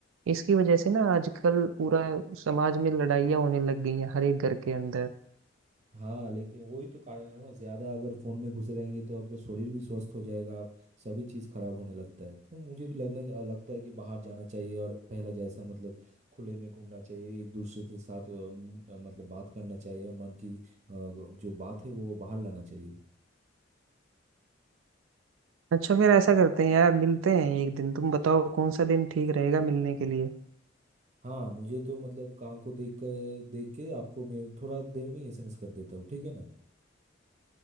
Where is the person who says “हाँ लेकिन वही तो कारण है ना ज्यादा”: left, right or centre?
Right